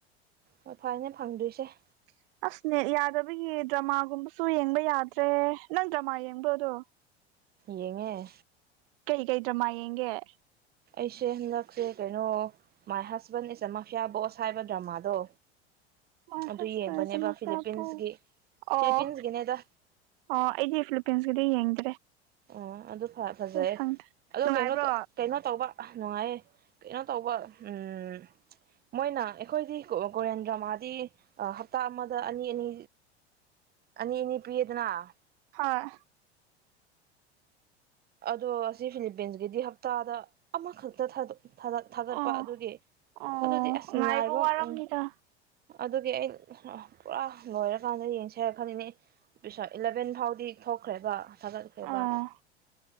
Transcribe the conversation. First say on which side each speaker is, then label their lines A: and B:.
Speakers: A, on the right; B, on the right.
A: ꯍꯣꯏ ꯐꯔꯅꯦ ꯐꯪꯗꯣꯏꯁꯦ
B: <unintelligible> ꯑꯁꯅꯦ ꯌꯥꯗꯕꯒꯤ ꯗ꯭ꯔꯃꯥꯒꯨꯝꯕꯁꯨ ꯌꯦꯡꯕ ꯌꯥꯗ꯭ꯔꯦ ꯅꯪ ꯗ꯭ꯔꯃꯥ ꯌꯦꯡꯕꯗꯣ
A: ꯌꯦꯉꯦ
B: ꯍꯒꯗ꯭ꯔꯃ ꯌꯦꯦ
A: ꯑꯩꯁꯦ ꯍꯟꯗꯛꯁꯦ ꯀꯩꯅꯣ ꯃꯥꯏ ꯍꯁꯕꯦꯟ ꯏꯁꯦ ꯃꯥꯐꯤꯌꯥ ꯕꯣꯁ ꯁꯕ ꯗ꯭ꯔꯃꯥꯗꯣ
B: ꯃꯣꯏ
A: ꯑꯗꯨ
B: ꯍꯁ
A: ꯌꯦꯡꯕꯅꯦꯕ
B: ꯄꯔꯦꯁꯤ ꯃꯥꯄ
A: ꯐꯤꯂꯤꯄꯤꯟꯁꯀꯤ
B: ꯑ ꯑꯣ
A: ꯐꯤꯂꯤꯄꯤꯟꯁꯀꯤꯅꯦꯗ
B: ꯑꯩꯗꯤꯦ ꯐꯤꯂꯤꯄꯤꯟꯁꯒꯗꯤ ꯌꯦꯡꯦ
A: ꯑꯣ ꯑꯗꯨ ꯐꯖꯩ
B: ꯈꯪꯗꯦ
A: ꯑꯗꯣ
B: ꯅꯨꯡꯉꯥꯏꯕ꯭ꯔꯣ
A: ꯀꯩꯅꯣ ꯀꯩꯅꯣ ꯇꯧꯕ ꯑ ꯅꯨꯡꯉꯥꯏꯌꯦ ꯀꯩꯅꯣ ꯇꯧꯕ ꯎꯝ ꯃꯣꯏꯅ ꯑꯩꯈꯣꯏꯗꯤ ꯀꯔꯦꯟ ꯗ꯭ꯔꯃꯥꯗꯤ ꯍꯞꯇꯥ ꯑꯃꯗ ꯑꯅꯤ ꯑꯅꯤ ꯑꯅꯤ ꯑꯅꯤ ꯄꯤꯌꯦꯗꯅ
B: ꯍꯥꯥ
A: ꯑꯗꯣ ꯑꯁꯤ ꯐꯤꯂꯤꯄꯤꯟꯁꯀꯤꯗꯤ ꯍꯞꯇꯥꯗ ꯑꯃꯈꯛꯇ ꯊꯥꯗꯣꯛ ꯊꯥꯒꯠꯄ
B: ꯑꯣ
A: ꯑꯗꯨꯒꯤ
B: ꯑꯣ
A: ꯑꯗꯨꯗꯤ ꯑꯁ ꯉꯥꯏꯕ
B: ꯋꯥꯔꯝꯅꯤꯗ
A: ꯎ ꯑꯗꯨꯒꯤ ꯑꯩ ꯄꯨꯔꯥ ꯂꯣꯏꯔꯀꯥꯟꯗ ꯌꯦꯡꯁꯔꯛꯈꯅꯤꯅꯦ ꯄ ꯏꯂꯚꯦꯟ ꯐꯥꯎꯗꯤ ꯊꯣꯛꯈ꯭ꯔꯦꯕ ꯊꯥꯒꯠꯈ꯭ꯔꯦꯕ
B: ꯑꯣ